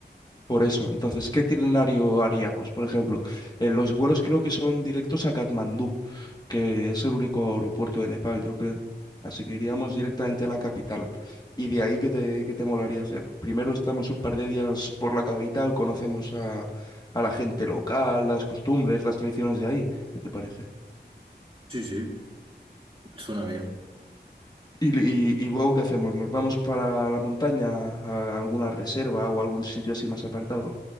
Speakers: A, on the left (about 20°); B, on the right (about 30°).
A: Por eso, entonces, ¿qué itinerario haríamos? Por ejemplo, eh, los vuelos creo que son directos a Katmandú, que es el único aeropuerto de Nepal, yo creo. Así que iríamos directamente a la capital. Y de ahí, ¿qué te, qué te molaría hacer? Primero estamos un par de días por la capital, conocemos a, a la gente local, las costumbres, las tradiciones de ahí. ¿Qué te parece?
B: Sí, sí, suena bien.
A: Y, y- y luego, ¿qué hacemos? ¿Nos vamos para la montaña, a alguna reserva o algún sitio así más apartado?